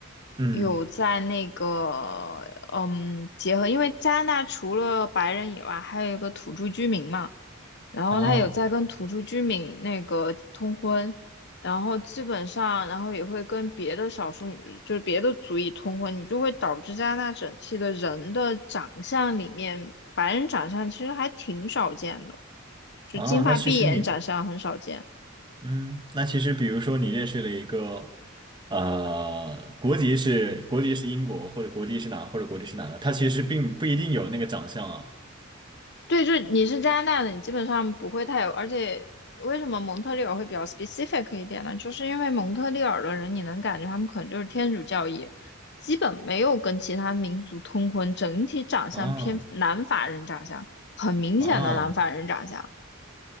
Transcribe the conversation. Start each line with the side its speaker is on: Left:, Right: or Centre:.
Right: 嗯，
Left: 有在那个嗯结合，因为加拿大除了白人以外，还有一个土著居民嘛。然后他有在跟土著居民那个通婚，
Right: 啊
Left: 然后基本上，然后也会跟别的少数，就是别的族裔通婚，你就会导致加拿大整体的人的长相里面，白人长相其实还挺少见的，就金发碧眼长相很少见。
Right: 啊，那其实你，嗯，那其实比如说你认识了一个，呃，国籍是国籍是英国，或者国籍是哪，或者国籍是哪的，他其实并不一定有那个长相啊。
Left: 对，就是你是加拿大的，你基本上不会太有，而且为什么蒙特利尔会比较 specific 一点呢？就是因为蒙特利尔的人，你能感觉他们可能就是天主教义，基本没有跟其他民族通婚，整体长相偏南法人长相，
Right: 啊
Left: 很明显的南法人长相。
Right: 啊，